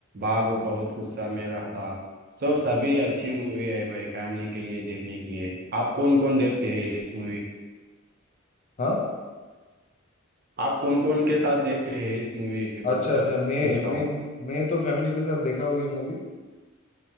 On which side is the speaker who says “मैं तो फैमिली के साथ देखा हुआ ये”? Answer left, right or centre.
Left